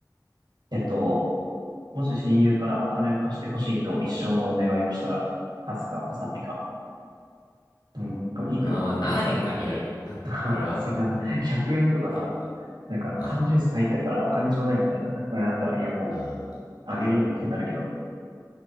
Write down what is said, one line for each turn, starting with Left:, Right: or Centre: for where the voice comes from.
Right: えっと、もし親友からお金を貸してほしいと一生のお願いをしたら、貸すか貸さないか。うん。これいくらって、
Left: あーまあ何円かによる。
Right: <laughs> あそれな、
Left: これは。
Right: 100円とかさ、
Left: え、
Right: なんか缶ジュース買いたいからお金ちょうだいみたいな、
Left: あー
Right: あれだったら、いやもう、
Left: あ
Right: あげるよみたいになるけど。